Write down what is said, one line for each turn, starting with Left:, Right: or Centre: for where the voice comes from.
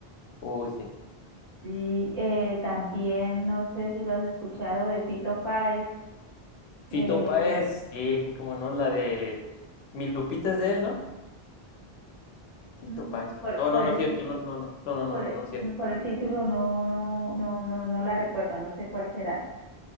Left: Uy, sí.
Right: sí, eh, también no sé si lo has escuchado de Fito Páez,
Left: Fito
Right: eh,
Left: Páez, sí, sí, como no, la de Mi Lupita es de él, ¿no? Fito
Right: mm,
Left: Páez.
Right: por,
Left: No,
Right: por
Left: no, no
Right: el,
Left: es cierto,
Right: ti-
Left: no, no, no, no, no, no,
Right: Por
Left: no,
Right: el,
Left: no es cierto.
Right: por el título no, no, no, no, no la recuerdo, no sé cuál será.